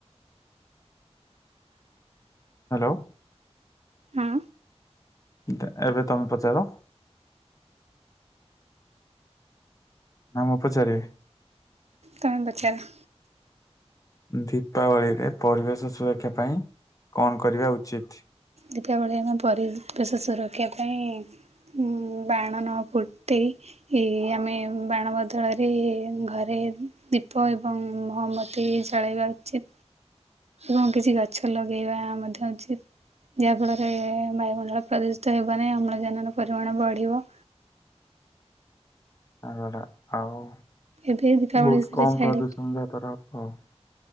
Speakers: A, on the left; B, on the right.
A: ହାଲୋ।
B: ହଁ
A: ଦେ ଏବେ ତମେ ପଚାର। ନା ମୁଁ ପଚାରିବି।
B: ତାମେ ପଚାର।
A: ଦୀପାବଳିରେ ପରିବେଶ ସୁରକ୍ଷା ପାଇଁ କଣ କରିବା ଉଚିତ୍।
B: ଦୀପାବଳି ଆମେ ପରିବେଶ ସୁରକ୍ଷା ପାଇଁ। ଉଁ ବାଣ ନ ଫୁଟେଇ। ଏଇ ଆମେ ବାଣ ବଦଳରେ ଘରେ ଦୀପ ଏବଂ ମହମ ତୀ ଯଳେଇବା ଉଚିତ୍।
A: <inaudible>
B: ଏବଂ କିଛି ଗଛ ଲଗେଇବା ମଧ୍ୟ ଉଚିତ୍। ଯାହା ଫଳରେ ବାୟୁମଣ୍ଡଳ ପ୍ରଦୂଷିତ ହେବ ନାହିଁ ଅମ୍ଳଜାନର ପରିମାଣ ବଢି଼ବ।
A: ତାପରେ ଆଉ
B: ଏବେ ଦୀପାବଳି
A: ବୋହୁତ
B: ବିଷୟରେ
A: କମ୍
B: ଛାଡ଼ିକି
A: ପ୍ରଦୂଷଣ। <unintelligible>